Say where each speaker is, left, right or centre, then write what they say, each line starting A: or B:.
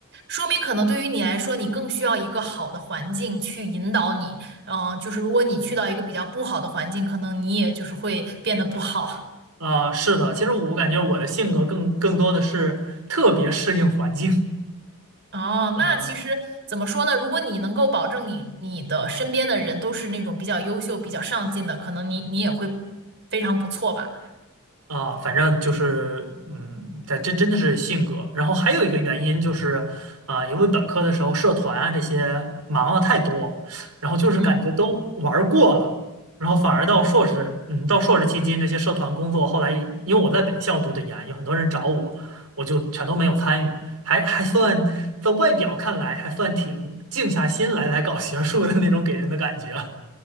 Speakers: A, on the right; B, on the right.
A: 说明可能对于你来说，你更需要一个好的环境去引导你。嗯、就是如果你去到一个比较不好的环境，可能你也就是会变得不好。
B: 啊、是的，其实我感觉我的性格更更多的是特别适应环境。
A: 哦，那其实怎么说呢？
B: 啊
A: 如果你能够保证你你的身边的人都是那种比较优秀、比较上进的，可能你你也会非常不错吧。
B: 啊，反正就是，嗯，这真真的是性格。然后还有一个原因就是，啊、因为本科的时候社团啊这些忙了太多，然后就是感觉都玩儿过了，
A: 嗯。
B: 然后反而到硕士，嗯，到硕士期间这些社团工作，后来也因为我在本校读的研，有很多人找我，我就全都没有参与，还还算在外表看来还算挺静下心来来搞学术的那种给人的感觉。